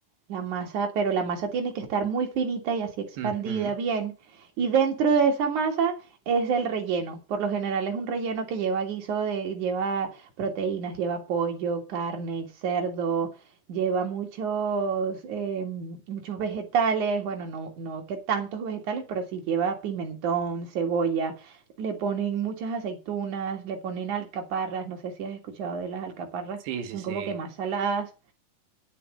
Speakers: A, on the right (about 45°); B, on the right (about 75°).
A: la masa, pero la masa tiene que estar muy finita y así expandida
B: Ujú.
A: bien. Y dentro de esa masa es el relleno. Por lo general es un relleno que lleva guiso de, lleva proteínas, lleva pollo, carne, cerdo, lleva muchos, em, muchos vegetales. Bueno, no, no que tantos vegetales, pero sí lleva pimentón, cebolla le ponen muchas aceitunas, le ponen alcaparras, no sé si has escuchado de las alcaparras,
B: Sí, sí,
A: son
B: sí.
A: como que más saladas.